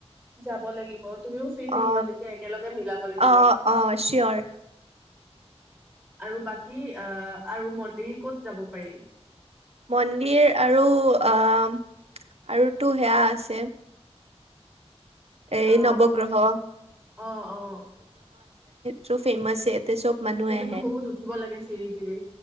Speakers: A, in the centre; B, on the right.
A: যাব লাগিব। তুমিও ফ্ৰী থাকিবা
B: অ
A: তেতিয়া, একেলগে মিলাব লাগিব।
B: অ অ চিয়ৰ
A: আৰু বাকী, অ' আৰু মন্দিৰ ক'ত যাব পাৰি?
B: মন্দিৰ আৰু, অ' আৰুতো সেয়া আছে। এই
A: আহ
B: নৱগ্ৰহ
A: অ' অ'
B: চ' ফেমাছে, তাতে চব মানুহে
A: সেইটোতো
B: আহে
A: বহুত উঠিব লাগে চিৰি তিৰি